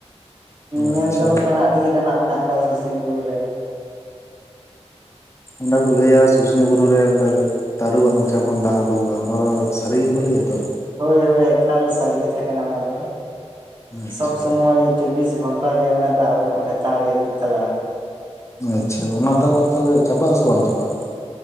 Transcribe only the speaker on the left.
ᱟᱪᱪᱷᱟ
ᱚᱸᱰᱮ ᱠᱚ ᱞᱟᱹᱭᱟ ᱥᱩᱥᱱᱤ ᱵᱩᱨᱩ ᱨᱮ ᱛᱟᱹᱨᱩᱵᱼᱟᱜ ᱢᱚᱪᱟ ᱠᱷᱚᱱ ᱫᱟᱜ ᱩᱸᱰᱩ ᱜᱚᱼᱟ, ᱚᱱᱟ ᱫᱚ ᱥᱟᱹᱨᱤ ᱜᱮᱠᱚ ᱞᱟᱹᱭᱼᱟ ᱛᱚ?
ᱟᱪᱪᱷᱟ
ᱟᱪᱪᱷᱟ, ᱚᱱᱟ ᱫᱟᱜ ᱫᱚ ᱛᱟᱦᱞᱮ ᱪᱟᱵᱟᱜ ᱟᱥᱮ, ᱵᱟᱝ ᱪᱟᱵᱟᱜᱼᱟ?